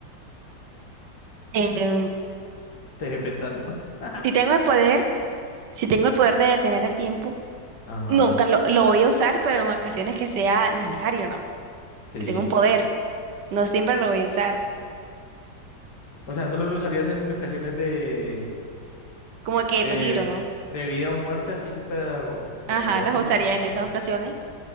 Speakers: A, on the right; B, on the left.
A: Em,
B: <laughs> Te dejé pensando. <laughs>
A: si tengo el poder, si tengo el poder de detener el tiempo,
B: Ajá,
A: nunca lo, lo voy a usar, pero en ocasiones que sea necesario, ¿no?
B: sí.
A: Que tenga un poder, no siempre lo voy a usar.
B: O sea, solo lo usarías en ocasiones de,
A: Como que
B: de,
A: peligro, ¿no?
B: de vida o muerte así súper peligrosas,
A: Ajá, las usaría
B: trascendentales.
A: en esas ocasiones.